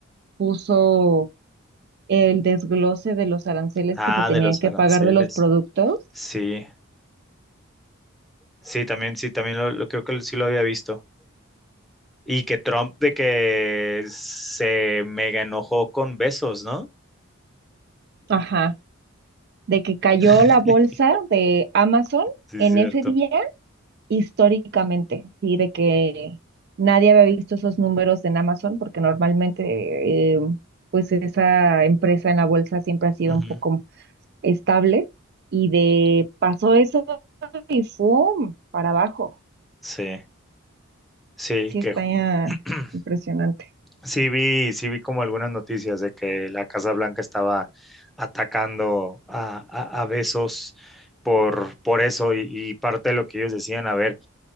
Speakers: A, on the right; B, in the centre.
A: puso el desglose de los aranceles
B: Ah,
A: que se tenían
B: de los
A: que
B: aranceles.
A: pagar de los productos.
B: Sí, Sí, también, sí, también lo, lo- creo que sí lo había visto. Y que Trump de que se mega enojó con besos, ¿no?
A: Ajá. de que cayó
B: <laughs>
A: la bolsa de Amazon
B: Sí, es
A: en
B: cierto.
A: ese día históricamente, sí, de que nadie había visto esos números en Amazon porque normalmente eh, pues esa empresa en la bolsa siempre ha sido
B: Ujú.
A: un poco estable y de pasó eso y ¡fum! para abajo.
B: Sí, sí,
A: Sí,
B: que
A: está
B: <clears throat>
A: eh, impresionante.
B: sí vi, sí vi como algunas noticias de que la Casa Blanca estaba atacando a, a, a Bezos por, por eso y, y parte de lo que ellos decían, a ver,